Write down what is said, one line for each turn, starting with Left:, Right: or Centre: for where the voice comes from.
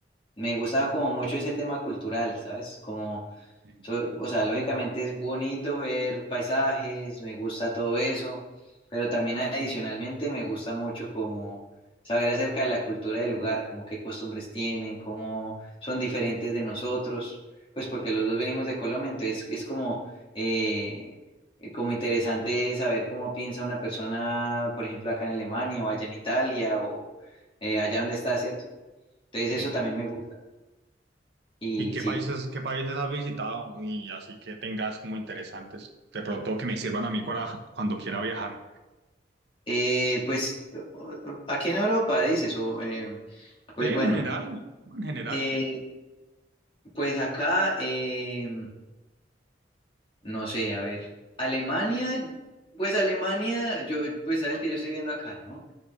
Left: me gustaba como mucho ese tema cultural, ¿sabes? Como
Right: Sí.
Left: So- o sea, lógicamente es bonito ver paisajes, me gusta todo eso, pero también adicionalmente me gusta mucho como saber acerca de la cultura del lugar, como qué costumbres tienen, cómo son diferentes de nosotros, pues porque los dos venimos de Colombia, entonces es como, eh, eh, como interesante saber cómo piensa una persona, por ejemplo, acá en Alemania o allá en Italia o eh, allá donde está, ¿cierto? Entonces
Right: Sí.
Left: eso también me gusta. Y
Right: ¿Y qué
Left: sí.
Right: países, qué países has visitado? Y así que tengas como interesantes, de pronto que me sirvan a mí para cuando quiera viajar.
Left: Eh, pues aquí en Europa dices, o, eh, pues
Right: Sí, en
Left: bueno,
Right: general, en general.
Left: eh, pues acá, eh, no sé, a ver, Alemania, pues Alemania, yo, pues sabes que yo estoy viviendo acá, ¿no?